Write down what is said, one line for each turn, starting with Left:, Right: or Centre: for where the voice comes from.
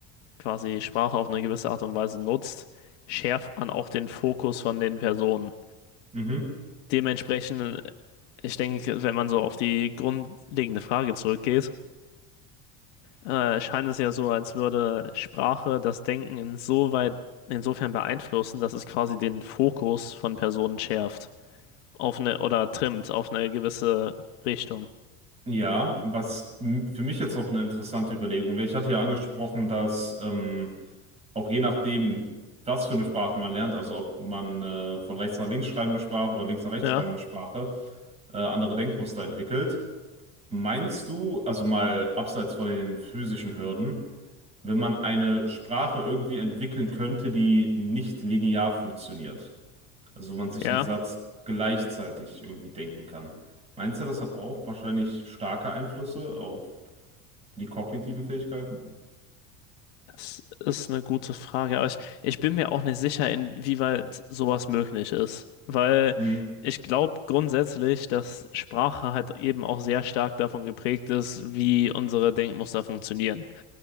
Left: quasi Sprache auf eine gewisse Art und Weise nutzt, schärft man auch den Fokus von den Personen.
Right: Mhm.
Left: Dementsprechend, ich denke, wenn man so auf die grundlegende Frage zurückgeht, äh, scheint es ja so, als würde Sprache das Denken insoweit, insofern beeinflussen, dass es quasi den Fokus von Personen schärft. auf eine oder trimmt auf eine gewisse Richtung.
Right: Ja, was m- für mich jetzt noch eine interessante Überlegung wäre, ich hatte ja angesprochen, dass ähm, auch je nachdem, was für eine Sprache man lernt, also ob man äh, von rechts nach links schreibende Sprache oder links nach rechts
Left: Ja,
Right: schreibende Sprache, äh, andere Denkmuster entwickelt. Meinst du, also mal abseits von den physischen Hürden, wenn man eine Sprache irgendwie entwickeln könnte, die nicht linear funktioniert? Also wo man sich
Left: ja,
Right: einen Satz gleichzeitig irgendwie denken kann. Meinst du, das hat auch wahrscheinlich starke Einflüsse auf die kognitiven Fähigkeiten?
Left: das ist eine gute Frage, aber ich, ich bin mir auch nicht sicher, inwieweit sowas möglich ist, weil
Right: Hm,
Left: ich glaube grundsätzlich, dass Sprache halt eben auch sehr stark davon geprägt ist, wie unsere Denkmuster funktionieren.